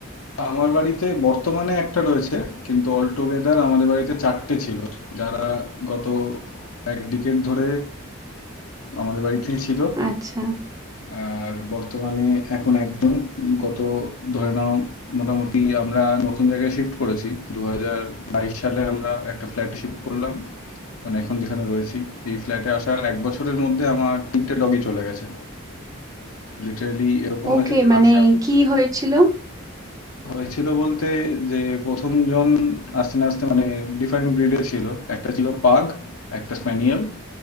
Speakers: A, on the left; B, on the right.
A: আমার বাড়িতে বর্তমানে একটা রয়েছে কিন্তু অল টুগেদার আমাদের বাড়িতে চারটে ছিল যারা গত এক ডিকেট ধরে আমাদের বাড়িতেই ছিল
B: আচ্ছা
A: আর বর্তমানে এখন একজন গত ধরে নাও মোটামুটি আমরা নতুন জায়গায় শিফট করেছি দু হাজার বাইশ সালে আমরা একটা ফ্ল্যাটে শিফট করলাম মানে এখন যেখানে রয়েছি এই ফ্ল্যাটে আসার এক বছরের মধ্যে আমার তিনটে ডগি চলে গেছে লিটারেলি এরকম
B: ওকে
A: হয়েছে
B: মানে
A: আসা
B: কি হয়েছিল
A: হয়েছিল বলতে যে প্রথম জন আস্তে না আস্তে মানে ডিফারেন্ট ব্রিডে ছিল একটা ছিল পাগ একটা স্প্যানিয়েল